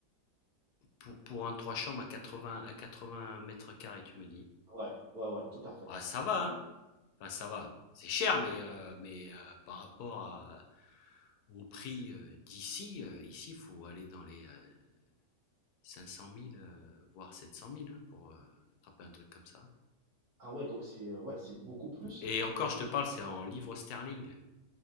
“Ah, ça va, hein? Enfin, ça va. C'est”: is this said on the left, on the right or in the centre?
Left